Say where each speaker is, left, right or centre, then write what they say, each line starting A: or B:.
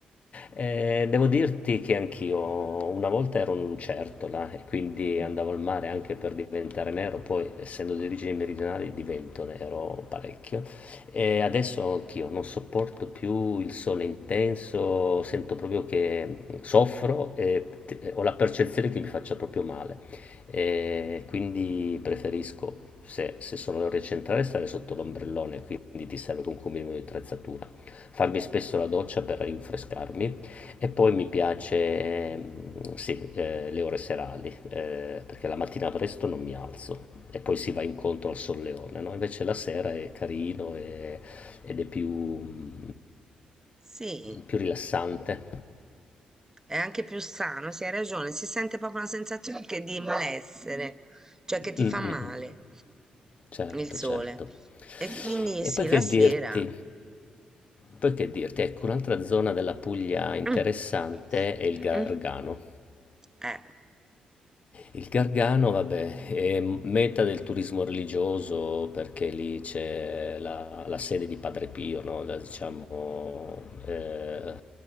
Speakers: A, on the left; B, on the right.
A: Eh, devo dirti che anch'io una volta ero un'lucertola e quindi
B: Mm.
A: andavo al mare anche per diventare nero, poi essendo di origini meridionali divento nero parecchio. E adesso anch'io non sopporto più il sole intenso, sento proprio che soffro e t- e ho la percezione che mi faccia proprio male. E quindi preferisco, se, se sono le ore centrali, stare sotto l'ombrellone, quindi ti serve comunque un minimo di attrezzatura farmi spesso la doccia per rinfrescarmi e poi mi piace, mm, sì, eh, le ore serali, eh, perché la mattina presto non mi alzo e poi si va incontro al solleone, no? Invece la sera è carino e- ed è più, mm,
B: Sì,
A: più rilassante.
B: è anche più sano, sì, hai ragione, si sente proprio una sensazione che di malessere, cioè che ti
A: Mm, mm,
B: fa male
A: mm. Certo,
B: il sole.
A: certo.
B: E quindi
A: E
B: sì,
A: poi che
B: la sera.
A: dirti? Poi che dirti? Ecco, un'altra zona della Puglia interessante
B: Mm.
A: è il
B: Mm.
A: Gargano.
B: Eh.
A: Il Gargano, vabbè, è meta del turismo religioso perché lì c'è la, la sede di Padre Pio, no? La, diciamo, eh,